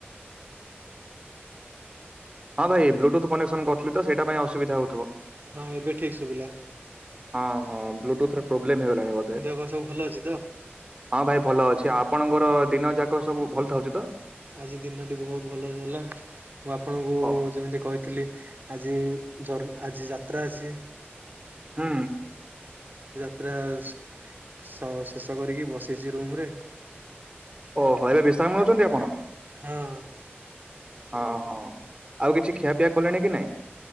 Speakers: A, on the right; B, on the right.
A: ହଁ ଭାଇ ବ୍ଲୁଟୁଥ କନେକ୍ସନ କରୁଥିଲି ତ ସେଇଟା ପାଇଁ ଅସୁବିଧା ହଉଥିବ।
B: ହଁ ଏବେ ଠିକ ସୁଭିଲା।
A: ହଁ ହଁ ବ୍ଲୁଟୁଥରେ ପ୍ରୋବେଲେମ୍ ହେଇଗଲାଣି ବୋଧେ।
B: ଦେହ ପା ସବୁ ଭଲ ଅଛି ତ?
A: ହଁ ଭାଇ ଭଲ ଅଛି ଆପଣଙ୍କର ଦିନ ଯାକ ସବୁ ଭଲ ଥାଉଛି ତ।
B: ଆଜି ଦିନଟି ବହୁତ ଭଲ ଗଲା ମୁଁ ଆପଣଙ୍କୁ-ଉ-ଉ
A: ଓ
B: ଯେମିତି କହିଥିଲି ଆଜି ଜର ଆଜି ଯାତ୍ରା ଅଛି।
A: ହୁଁ।
B: ପୁରା ସ-ସ ଶେଷ କରି କି ବସିଛି ରୁମ୍ ରେ।
A: ଓ ହେଲେ ବିଶ୍ରାମ ନୋଉଛନ୍ତି ଆପଣ?
B: ହଁ
A: ହଁ ହଁ ଆଉ କିଛି ଖିଆପିଆ କଲେଣି କି ନାଇଁ?